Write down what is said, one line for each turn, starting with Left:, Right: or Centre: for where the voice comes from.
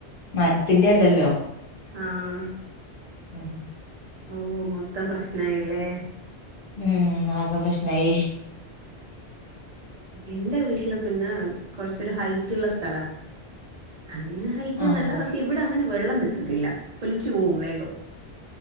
Left: മരത്തിന്റെ അല്ലല്ലോ.
Right: ആഹ.
Left: ആ <unintelligible>
Right: ഓ- മൊത്തം പ്രശ്നായില്ലേ?
Left: ഉം ആകെ പ്രശ്നായി.
Right: എന്റെ വീട്ടില് പിന്നെ കൊറച്ചരു ഹൈറ്റ് ഉള്ള സ്ഥലാ. അങ്ങനെ ഹൈറ്റ്
Left: ആഹ്
Right: എന്നല്ല പക്ഷെ ഇവിടെ അങ്ങനെ വെള്ളം നിക്കത്തില്ല ഒലിച്ചു പോവും വേഗം.